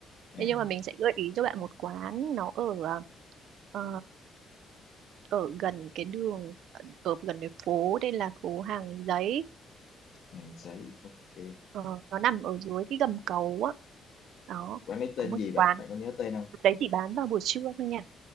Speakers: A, on the left; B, on the right.
A: à
B: Thế nhưng mà mình sẽ gợi ý cho bạn một quán nó ở à, ờ, ở gần cái đường ở gần cái phố đây là phố Hàng Giấy
A: hàng sấy ok
B: Ờ, nó nằm ở dưới cái gầm cầu á đó
A: quán ấy tên
B: có một
A: gì vậy
B: quán
A: bạn có nhớ tên không
B: đấy chỉ bán vào buổi trưa thôi nha